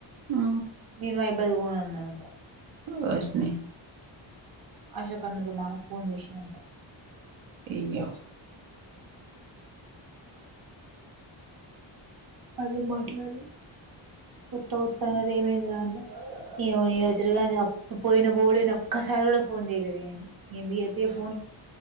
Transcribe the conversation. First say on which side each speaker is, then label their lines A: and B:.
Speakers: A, on the right; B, on the right.
A: ఆ
B: మీరు మా అబ్బాయి ది పోదు అన్నారట
A: వొశ్ని
B: అశోకన్న తో మా ఫోన్ చేసిండంట
A: ఇయ్యో
B: అదే మాట్లాడి కొత్త వత్త అన్నది ఏమైంది రాంటే ఏమో రచుగా అప్పుడు పోయినప్పు న ఒక్కసారి కూడా ఫోన్ చేయలేదు నను ఎందుకు అతే ఫోన్